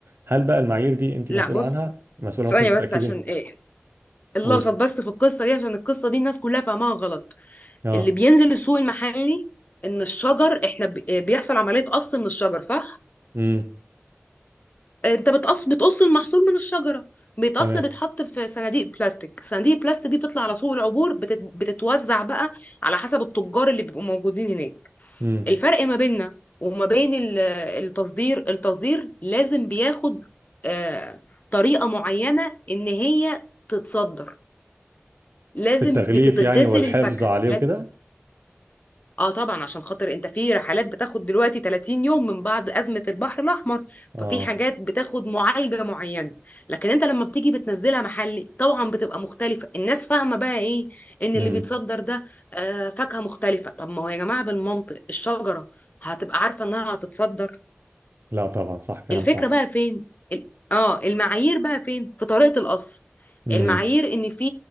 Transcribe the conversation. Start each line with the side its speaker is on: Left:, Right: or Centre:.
Right: هل بقى المعايير دي انت
Left: لا
Right: مسؤوله
Left: بص
Right: عنها مسؤوله
Left: ثانية
Right: مثلا انت
Left: بس
Right: تتاكدي
Left: عشان ايه اللغط
Right: قولي
Left: بس في القصة دي عشان القصة دي الناس كلها فاهماها غلط
Right: اه
Left: اللي بينزل السوق المحلي ان الشجر احنا ب- آه، بيحصل عملية قص من الشجر صح؟
Right: امم
Left: آه، انت بتقص بتقص المحصول من الشجرة بيتقص
Right: تمام
Left: بيتحط في صناديق بلاستيك صناديق البلاستيك دي بتطلع على سوق العبور بتت... بتتوزع بقى على حسب التجار اللي بيبقوا موجودين هناك
Right: امم
Left: الفرق ما بيننا وما بين ال- التصدير التصدير لازم بياخد آه، طريقة معينة إن هي تتصدر لازم
Right: في التغليف
Left: بتتغسل
Right: يعني والحفظ
Left: الفاكهة
Right: عليه
Left: لازم
Right: وكده
Left: اه طبعا عشان خاطر انت في رحلات بتاخد دلوقتي 30 يوم من بعد أزمة البحر الأحمر
Right: اه
Left: ففي حاجات بتاخد معالجة معينة لكن انت لما بتيجي بتنزلها محلي طبعا بتبقى مختلفة الناس فاهمة بقى ايه ان
Right: امم
Left: اللي بيتصدر ده آه فاكهة مختلفة طب ما هو يا جماعة بالمنطق الشجرة هتبقى عارفة انها هتتصدر
Right: لا طبعا صح كلام
Left: الفكرة
Right: صح
Left: بقى فين ال- اه المعايير بقى فين في طريقة القص
Right: امم
Left: المعايير ان في